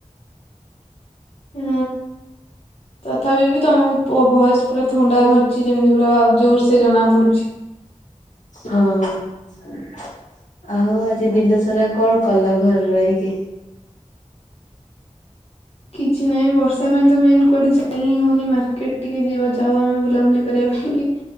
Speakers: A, on the left (about 50°); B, on the left (about 80°).
A: ହୁଁ ତଥାପି ବି ତମକୁ ପୋ ଭଏସ୍ ପୁରା ଥଣ୍ଡା ଧରିଛି ଯେମିତି ପୁରା ଜୋର ସେ ଜଣା ପଡୁଛି।
B: ହଁ ହଁ। ଆଉ ଆଜି ଦିନ ସାରା କଣ କଲ ଘରେ ରହିକି?
A: କିଛି ନାହିଁ ବର୍ଷା ପାଇଁ ତ ମେନ୍ କୁଆଡେ ଯାଇ ହିଁ ହଉନି ମାର୍କେଟ ଟିକେ ଯିବ ଯାଉ ଆମେ ବୁଲାବୁଲି କରିବା ପାଇଁ କି।